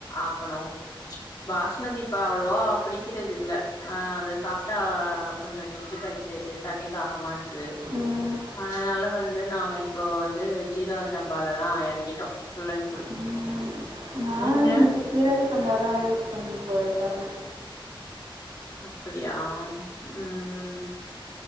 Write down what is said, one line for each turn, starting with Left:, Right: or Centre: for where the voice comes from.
Left: ஆக்கணு பாஸ்மதி இப்ப அவ்ளவா பிடிக்கிறது இல்ல ஆ அத சாப்ட்டா கொஞ்சோ நெஞ்சி கரை கிறது தண்ணி தாகமா இருக்கு
Right: ம்,
Left: அதனால வந்து நாங்க இப்போ வந்து ஜீரக சம்பால தா எறங்கிட்டோ ஃபுல் அண்ட் ஃபுல்லா
Right: ம், நான்
Left: நீங்க
Right: சீரக சம்பா தா யூஸ் பண்ணி இபோ பண்னே
Left: அப்படியா ம் ம்